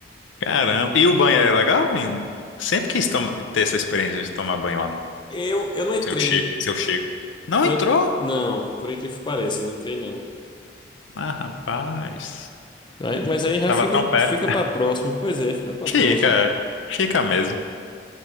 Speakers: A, on the left (about 80°); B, on the left (about 25°).
A: Caramba. E o banho é legal, Lino? Sempre quis toma- ter essa experiência de tomar banho lá no
B: Eu, eu não entrei
A: seu Chico. Seu Chico. Não
B: Eu
A: entrou?
B: não, por incrível que pareça, eu não entrei não.
A: Ah, rapaz.
B: Aí, mas aí já
A: Tava
B: fica
A: tão perto.
B: fica para próxima. Pois é, fica para
A: Fica,
B: próxima.
A: é. fica mesmo.